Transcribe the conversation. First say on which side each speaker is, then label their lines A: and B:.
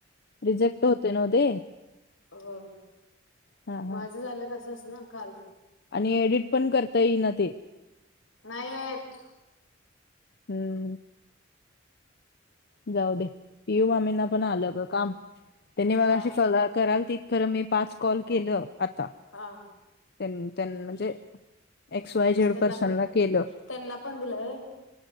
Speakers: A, on the left; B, on the left.
A: रिजेक्ट होतंय नव्ह ते
B: होय
A: हा
B: माझं
A: हा
B: झालं तसच ना काल
A: आणि एडिट करता ईना ते
B: नाही येतं
A: हम्म जाऊ दे पियू मामींना पण आलं ग काम त्यांनी मगांशी
B: हा
A: सलग कराल तित खरं मी पाच कॉल केलं आता
B: हा
A: त्यांन त्यांनं म्हणजे एक्स वाय
B: म्हणजे
A: झेड
B: त्यांना
A: पर्सनला
B: पण
A: केलं
B: त्यांना पण दिलंय